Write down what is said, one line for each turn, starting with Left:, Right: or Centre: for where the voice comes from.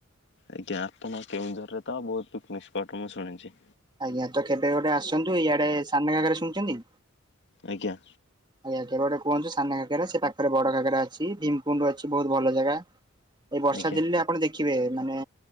Left: ଆଜ୍ଞା ଆପଣଙ୍କ କେଉଁଝର ରେ ତ ବହୁତ ପିକନିକ ସ୍ପଟ ମୁଁ ଶୁଣିଛି।
Right: ଆଜ୍ଞା ତ କେବେ ଗୋଟେ ଆସନ୍ତୁ ଇଆଡେ ସାନ ଘାଗରା ଶୁଣିଛନ୍ତି?
Left: ଆଜ୍ଞା
Right: ଆଜ୍ଞା କେବେ ଗୋଟେ କୁହନ୍ତୁ ସାନଘାଗରା ସେ ପାଖରେ ବଡ ଘାଗରା ଅଛି ଭୀମକୁଣ୍ଡ ଅଛି ବହୁତ ଭଲ ଜାଗା। ଏଇ ବର୍ଷା
Left: ଆଜ୍ଞା
Right: ଦିନରେ ଆପଣ ଦେଖିବେ ମାନେ